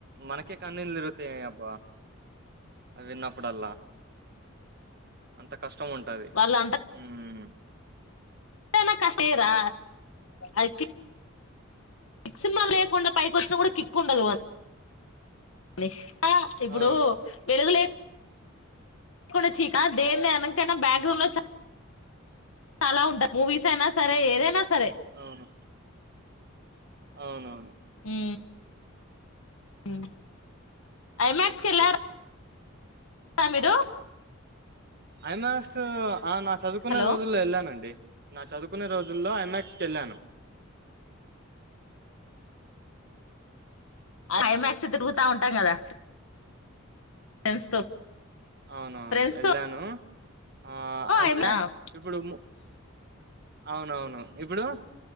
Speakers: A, on the right; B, on the left.
A: మనకే కన్నీల్ తిరుగుతయ్ అబ్బా అవి విన్నప్పుడల్లా అంత కష్టం ఉంటది
B: వాళ్ళు
A: ఉమ్
B: తేన కష్టేరా అయితే <unintelligible> క్స్ సినిమా లేకుండా పైకి వచ్చినా కూడా కిక్ ఉండదు <unintelligible> లే ఇప్పుడు
A: ఆ
B: వెలుగులే లేపోలా చీకా దేన్లో అనికైనా బ్యాగ్గ్రౌండ్ లో <unintelligible> చాల చాలా ఉంటాయి మూవీస్ లో అయినా సరే ఏదైనా సరే
A: అవును అవునవును
B: హు హు ఐమాక్స్కి ఎళ్లార్ మీరు
A: ఐమాక్స్ అనా చదువుకున్న
B: హలో
A: రోజుల్లో ఎళ్ళానండి. నా చదువుకునే రోజుల్లో ఐమాక్స్కి ఎళ్ళాను.
B: ఐమాక్స్ తిరుగుతావుంటాం కదా. డ్స్ తో
A: అవునవును
B: ఫ్రెండ్స్
A: ఎళ్ళాను.
B: తో
A: ఆ అంటే
B: ఐ
A: ఇప్పుడు ము అవునవును ఇప్పుడు